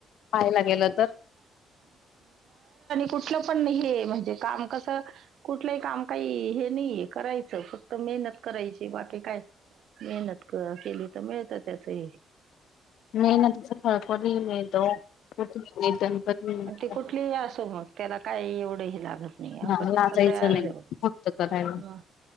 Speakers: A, on the left; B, on the right.
A: पाहायला गेलं तर
B: कुठलं पण हे म्हणजे काम कस कुठलहि काम आई हे नाहीये करायचं फक्त मेहनत करायची बाकी काय मेहनत क केली तर मिळत त्याचही
A: मेहनतीच <inaudible>
B: आणि ते कुठलीही असो मग त्याला काही एवढंही लागत नाई अप
A: नाही
B: पद्ध
A: लाजायचं
B: तयार
A: नाही
B: हाय
A: फक्त करायला
B: ह